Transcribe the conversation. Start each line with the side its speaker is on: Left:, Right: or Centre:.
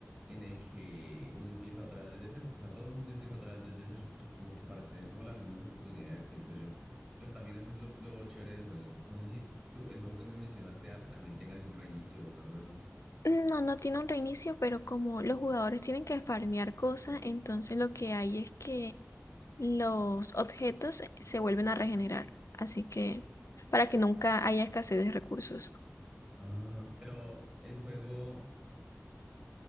Centre: en el que uno empieza otra vez desde cero. O sea, todo el mundo empieza otra vez desde cero. Pues como que para tener como las mismas oportunidades, pienso yo. Y Pues también eso es lo, lo chévere del juego. No sé si tú, el juego que me mencionaste, Ark, también tenga algún reinicio o cosas así.
Left: No, no tiene un reinicio, pero como los jugadores tienen que farmear cosas, entonces lo que hay es que los objetos se vuelven a regenerar. Así que para que nunca haya escasez de recursos.
Centre: Ah, pero el juego,